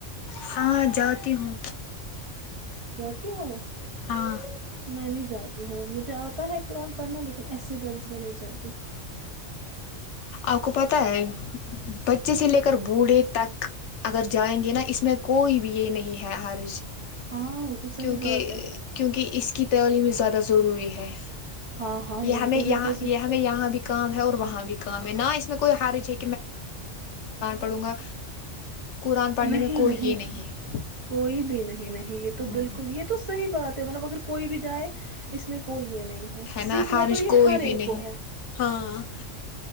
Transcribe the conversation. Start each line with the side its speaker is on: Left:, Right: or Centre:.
Left: ہاں جاتی ہوں
Right: جوتی ہو
Left: ہاں
Right: میں نہیں جا ہوں مجھے آتا ہے قرآن پڑھنا لیکن ایسی درز میں نہیں جاتی
Left: آپ کو پتا ہے بچے سے لے کر بوڑھے تک اگر جائیں گے نا اس میں کوئی بھی یہ نہیں ہے حارج
Right: ہاں وہ تو صحیح
Left: کیونکہ
Right: بات ہے
Left: کیونکہ اس کی توی میں زیادہ ضروری ہے
Right: ہاں ہاں
Left: یہ
Right: یہی
Left: ہمیں
Right: تو
Left: یہاں
Right: زیادہ
Left: یہ
Right: ضرور-
Left: ہمیں یہاں بھی کام ہے اور وہاں بھی کہ میں ن میں کوئی حرج ہے پڑھوں گا قرآن پڑھنے
Right: نہیں
Left: میں کوئی
Right: نہیں
Left: یہ ہے
Right: کوئی بھی نہیں نہیں یہ تو
Left: ہ
Right: بالکل یہ تو صحیح بات مطلب اگر کوئی بھی جائے اس میں کوئی یہ نہیں ہے
Left: نا
Right: سیکھنا
Left: حرج
Right: تو یہ
Left: کوئی
Right: ہر
Left: بھی
Right: ایک
Left: نہیں
Right: کو ہے
Left: ہاں